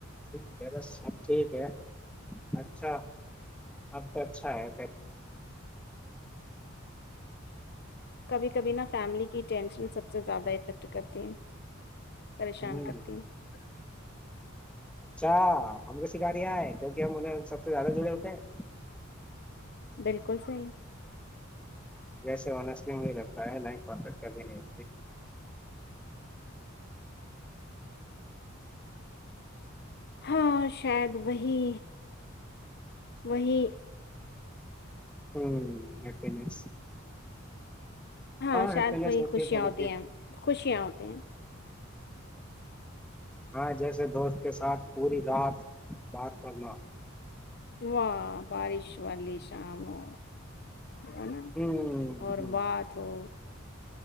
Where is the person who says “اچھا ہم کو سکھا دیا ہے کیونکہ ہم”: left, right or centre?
Centre